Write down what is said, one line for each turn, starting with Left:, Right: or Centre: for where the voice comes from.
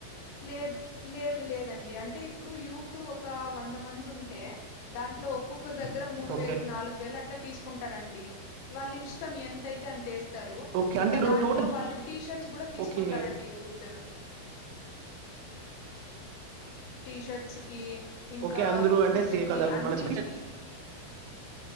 Left: లేదు లేదు లేదండి అంటే ఇప్పుడు యూత్ ఒక వంద మంది ఉంటే దాంట్లో ఒక్కొక్కరు దగ్గర మూడు
Right: ఓకే
Left: వేలు నాలుగు వేలు అ తీసుకుంటారంండి ఇవాళ ఇ ఇంకం ఎంతయితే అంతేస్తారు
Right: ఓకే
Left: ఇంకా
Right: అంటే ఇప్పుడు
Left: దాంట్లో
Right: టోటల్
Left: వాళ్ళు టీ షర్ట్స్ గూడా తీసుకుంటారండి
Right: ఓకే
Left: యూత్. త్త టీషర్ట్స్ కి, ఇంకా
Right: ఓకే అందరూ
Left: ఫుడ్
Right: అంటే సేమ్
Left: కి,
Right: కలర్
Left: అన్నిటికిీ.